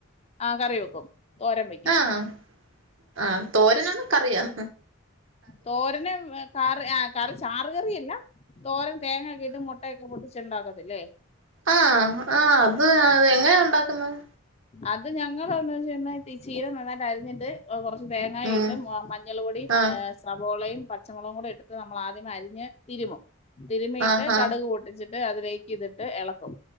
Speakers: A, on the left; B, on the right.
A: ആ കറി വെക്കും തോരൻ വെക്കും
B: ആഹ് ആഹ തോരനന്നൊക്കെ അറിയാം
A: തോരന് കറി കറി ചാറ് കറിയല്ല ോർ തങ്ങ കേട്ട മുട്ടയക്കെട്ട് ഉണ്ടാക അല്ലേ
B: ആഹ ആഹ അത് എങ്ങനെയാ ഉണ്ടാക്കുന്നത്
A: അത് ഞങ്ങ എന്താ വെച്ചഈ ചീര നന്നായിട്ട് അരിഞ്ഞിട്ട്റ തേങ്ങായി
B: ഉം
A: ഇട്ടും മഞ്ഞൾ പൊടിയും്
B: ആഹ്
A: സ്രവോളയും പച്ചമുളകും കൂടി ഇട്ട് നമ്മൾ ആദ്യം അരിഞ്ഞ് തിരുമും തരുമിട്ട്
B: ആഹ്
A: കടുക് പട്ടിച്ചിട്ട ് അതിലേക്ക് ഇതിട്ട് ഇളക്കും